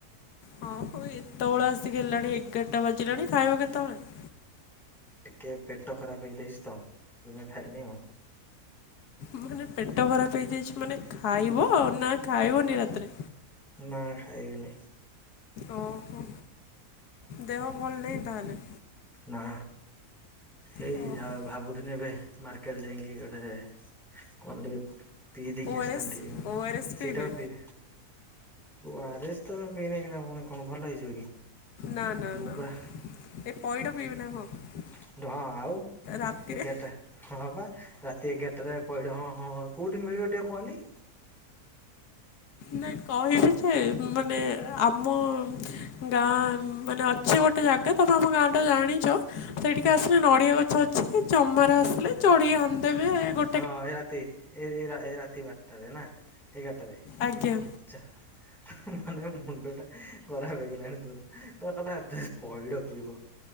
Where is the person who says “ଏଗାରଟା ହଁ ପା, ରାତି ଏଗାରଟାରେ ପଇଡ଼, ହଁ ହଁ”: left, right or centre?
Centre